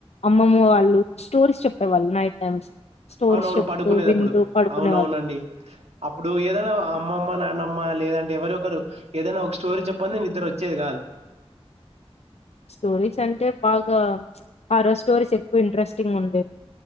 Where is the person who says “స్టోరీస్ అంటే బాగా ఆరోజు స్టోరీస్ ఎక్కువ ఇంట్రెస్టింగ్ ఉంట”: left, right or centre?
Left